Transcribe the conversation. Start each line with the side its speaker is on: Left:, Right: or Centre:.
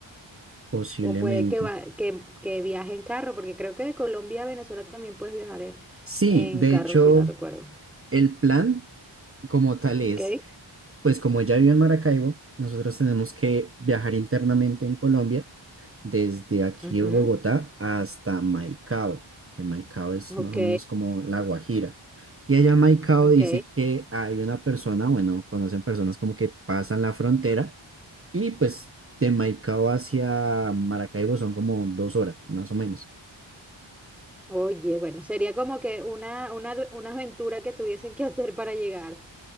Right: posiblemente.
Centre: o puede que, va- que, que viaje en carro, porque creo que de Colombia a Venezuela también puedes viajar en,
Right: Sí,
Centre: en
Right: de
Centre: carro,
Right: hecho,
Centre: si no recuerdo.
Right: el plan como tal es,
Centre: Ok,
Right: pues como ella vive en Maracaibo, nosotros tenemos que viajar internamente en Colombia desde aquí
Centre: ujú,
Right: de Bogotá hasta Maicao, que Maicao es
Centre: Ok,
Right: más o menos como La Guajira. Y allá en Maicao
Centre: ok.
Right: dice que hay una persona, bueno, conocen personas como que pasan la frontera y pues de Maicao hacia Maracaibo son como dos horas, más o menos.
Centre: Oye, bueno, sería como que una, una, adu- una aventura que tuviesen que hacer para llegar,